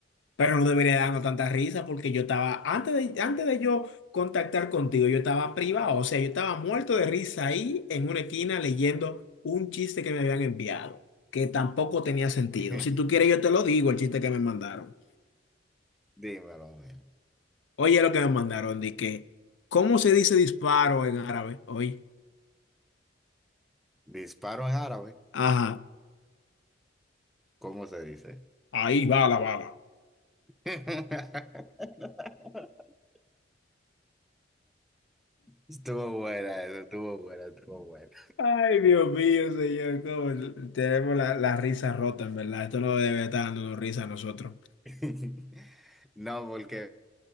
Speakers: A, on the left; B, in the centre.
A: Pero no debería darnos tanta risa porque yo estaba, antes de, antes de yo contactar contigo, yo estaba privado, o sea, yo estaba muerto de risa ahí en una esquina leyendo un chiste que me habían enviado, que tampoco tenía sentido.
B: <laughs>
A: Si tú quieres, yo te lo digo, el chiste que me mandaron.
B: Dímelo, a ver.
A: Oye, lo que me mandaron, de que, ¿cómo se dice disparo en árabe? hoy
B: Disparo en árabe,
A: ajá,
B: ¿cómo se dice?
A: ahí va la bala.
B: <laughs> Estuvo buena, eso, estuvo buena, estuvo buena.
A: Ay, Dios mío, señor, cómo tenemos la, la risa rota, en verdad. Esto no debe estar dándonos risa a nosotros.
B: <laughs> No, porque,